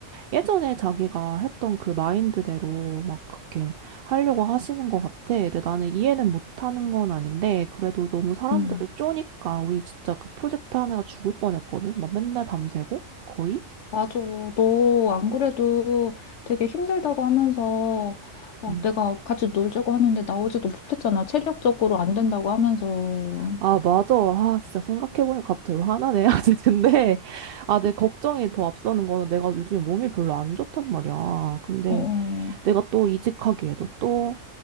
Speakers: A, on the right; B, on the left.
A: 예전에 자기가 했던 그 마인드대로 막 그렇게 하려고 하시는 것 같아. 근데 나는 이해는 못하는 건 아닌데, 그래도 너무 사람들을
B: 음.
A: 쪼니까 우리 진짜 그 프로젝트 하느라 죽을 뻔했거든? 막 맨날 밤새고? 거의?
B: 맞아. 너 안 그래도 되게 힘들다고 하면서 막
A: 음.
B: 내가 같이 놀자고 하는데 나오지도 못했잖아. 체력적으로 안 된다고 하면서. 어,
A: 아, 맞아. 아, 진짜 생각해보니까 갑자기 화나네. <laughs> 아직 근데, 아, 내 걱정이 더 앞서는 거는 내가 요즘에 몸이 별로 안 좋단 말이야. 근데
B: 어,
A: 내가 또 이직하기에도 또